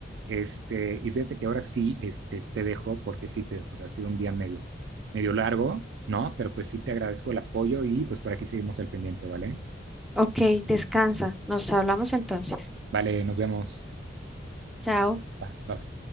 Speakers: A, on the right (about 70°); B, in the centre.
A: este, y fíjate que ahora sí, este, te dejo, porque sí, te, pues ha sido un día medio, medio largo, ¿no? Pero pues sí te agradezco el apoyo y pues por aquí seguimos al pendiente, ¿vale?
B: Ok, descansa. Nos hablamos entonces.
A: Vale, nos vemos.
B: Chao.
A: Va, bye.